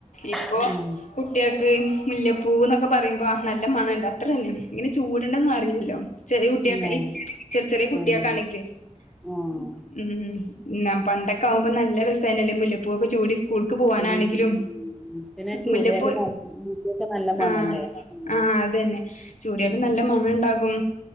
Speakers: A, on the left; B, in the centre.
A: ഇപ്പൊ
B: ആഹ്
A: കുട്ട് കുട്ട്യാക്ക് മുല്ലപ്പൂവ്ന്നൊക്കെ പറയുമ്പോ നല്ല മണണ്ട് അത്രന്നെ, ഇങ്ങനെ ചൂടണ്ട ന്നൊറീല്ലല്ലോ. ചെറ്യേ കുട്ട്യാക്ക്
B: ആഹ്
A: ഈഹ് ചെർ ചെറ്യേ കുട്ട്യാക്കാണെങ്കില്
B: ആഹ്
A: -
B: ആഹ്
A: ഉം ഇന്ന പണ്ടൊക്കെ ആവുമ്പോ നല്ല രസായിനല്ലോ മുല്ലപ്പൂവൊക്കെ ചൂടി സ്കൂ - സ്കൂൾക്ക് പൂവാനാണെങ്കിലും
B: ഉം ഉം പിന്നെ ചൂടിയാല്
A: മുല്ലപ്പൂ,
B: ന മുടിയൊക്കെ നല്ല മണം
A: ആഹ്
B: ഉണ്ടാവും ഉം
A: ആഹ് അതന്നെ. ചൂട്യാലും
B: ഉം
A: നല്ല മണണ്ടാകും.